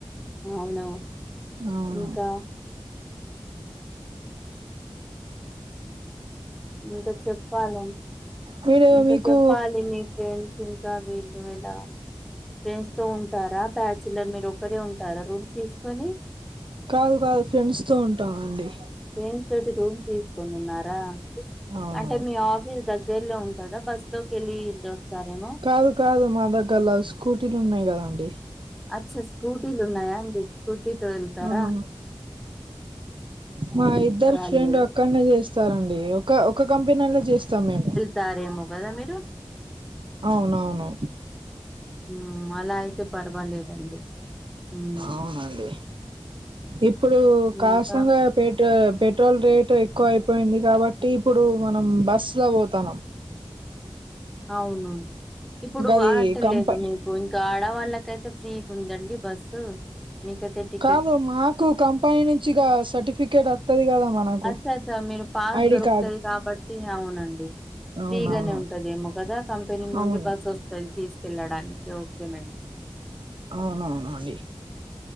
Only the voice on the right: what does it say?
అవును
మీరు
మీకు
కాదు కాదు ఫ్రెండ్స్ తో ఉంటానండి
అవును
కాదు కాదు మా దగ్గరలో స్కూటీలు ఉన్నాయి కదండి
ఆ మా
ఇద్దరు
ఫ్రెండ్ ఒక్కడనే చేస్తారండి ఒక ఒక కంపెనీలో చేస్తాం మేము
అవునవును
అవునండి ఇప్పుడు కాసంగా
పెట్ పెట్ పెట్రోల్ రేటు ఎక్కువ అయిపోయింది కాబట్టి ఇప్పుడు మనం బస్సు లో పోతాన్నాం
గది
కంప
కాదు మాకు కంపెనీ నుంచిగా సర్టిఫికేట్ వతది కదా మనకు
ఐడి
కార్డ్
అవునవును
అవును
అవును అవును అండి